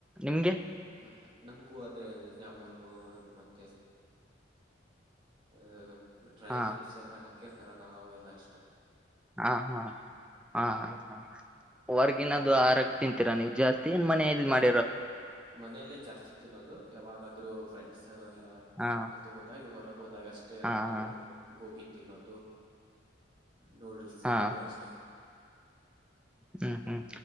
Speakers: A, in the centre; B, on the right.
A: ನಿಮ್ಗೆ
B: ಹಾ ನಮ್ಗೂ ಅದೇ ಜಾಮೂನು ಮತ್ತೆ ಅಹ ಡ್ರೈ
A: ಹಾ
B: ಫ್ರೂಟ್ಸ್ ಎಲ್ಲ ಹಾಕಿರ್ತಾರಲ್ಲ ಅವೆಲ್ಲಾ ಇಷ್ಟ
A: ಹಾ ಹಾ ಹಾ ಹ ಹ ಹೊರ್ಗಿನದು ಆರಗ್ ತಿಂತೀರಾ ನೀವು್ ಜಾಸ್ತಿ ಏನ್ ಮನ ಮಾಡ
B: ಮನೆಯಲ್ಲೇ ಜಾಸ್ತಿ ತಿನ್ನೋದು ಯಾವಾಗಾದ್ೂ ಫ್ರೆಂಡ್ಸ್ ಎಲ್ಲ
A: ಹಾ
B: ಅದು ಹೋದಾಗ ಯ ಹೊರಗೆ ಹೋದಾಗ ಅಷ್ಟೇ
A: ಹಾ
B: ಅದು
A: ಹಾ
B: ಗೋಬಿ ತಿನ್ನೋದು ನೂಡಲ್ಸ್ ತಿನ್ನೋದು
A: ಹಾ
B: ಅಷ್ಟೆ
A: ಹ್ಮ್ ಹ್ಮ್